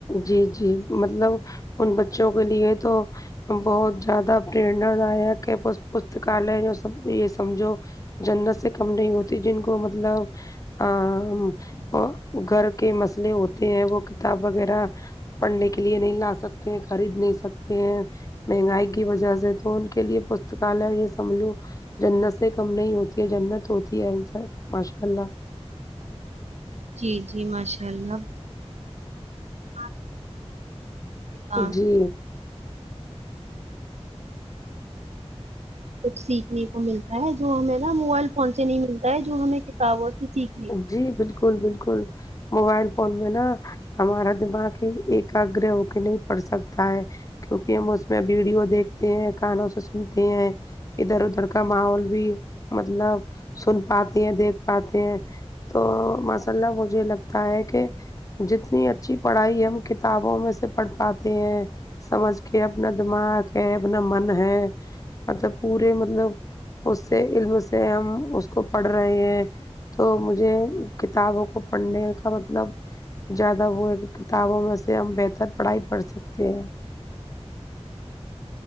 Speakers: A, on the left; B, on the right.
A: جی جی مطلب ان بچوں کے لیے تو بہت زیادہ پرنا دائک ہے پستکالے جو سب یہ سمجھو جنت سے کم نہیں ہوتی جن کو مطلب ا گھر کے مسئلے ہوتے ہیں وہ کتاب وغیرہ پڑھنے کے لیے نہیں لا سکتے ہیں خرید نہیں سکتے ہیں مہنگائی کی وجہ سے تو ان کے لیے پستکالیہ یہ سمجھو جنت سے کم نہیں ہوتی ہے جنت ہوتی ہے انسان ماشاء اللہ
B: جی جی ماشاءاللہ <unintelligible> <unintelligible>
A: جی
B: سیکھنے کو ملتا ہے جو ہمیں نا موبائل فون سے نہیں ملتا ہے جو ہمیں تا وہ تو ٹھیک ہے
A: جی بالکل بالکل موبائل فون میں نا ہمارا دماغ ایک ساتھ گرا ہو کے نہیں پڑ سکتا ہے کیونکہ ہم اس میں ویڈیو دیکھتے ہیں کانوں سے سنتے ہیں ادھر ادھر کا ماحول بھی مطلب سن پاتے ہیں دیکھ پاتے ہیں تو ماشاء اللہ مجھے لگتا ہے کہ جتنی اچھی پڑھائی ہم وہ کتابوں میں سے پڑھ پاتے ہیں سمجھ کے اپنا دماغ ہے اپنا من ہے مطلب پورے مطلب اس سے علم سے ہم اس کو پڑھ رہے ہیں تو مجھے کتابوں کو پڑھنے کا مطلب زیادہ وہ ہے کہ کتابوں میں سے ہم بہتر پڑھائی پڑھ سکتے ہیں